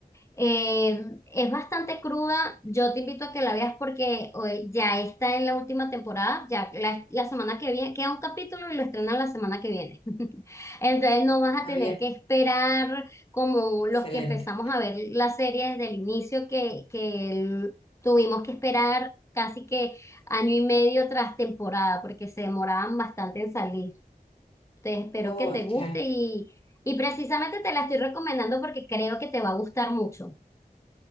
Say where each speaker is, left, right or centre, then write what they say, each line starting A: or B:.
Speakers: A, on the left; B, on the left.
A: Eh, es bastante cruda. Yo te invito a que la veas porque eh, ya está en la última temporada. Ya la, la semana que viene queda un capítulo y lo estrenan la semana que viene. <laughs> Entonces no vas a
B: Ah,
A: tener
B: bien,
A: que esperar como
B: excelente.
A: los que empezamos a ver la serie desde el inicio, que, que el- tuvimos que esperar casi que año y medio tras temporada porque se demoraban bastante en salir. Entonces espero
B: Oh,
A: que te guste
B: claro.
A: y, y precisamente te la estoy recomendando porque creo que te va a gustar mucho.